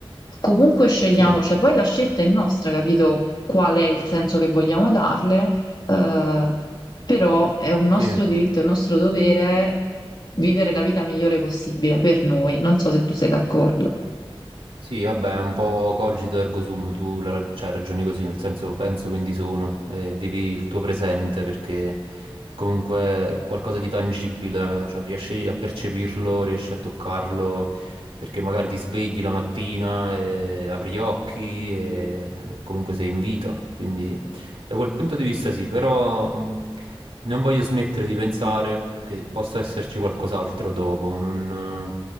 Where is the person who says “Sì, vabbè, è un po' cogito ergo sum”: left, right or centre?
Right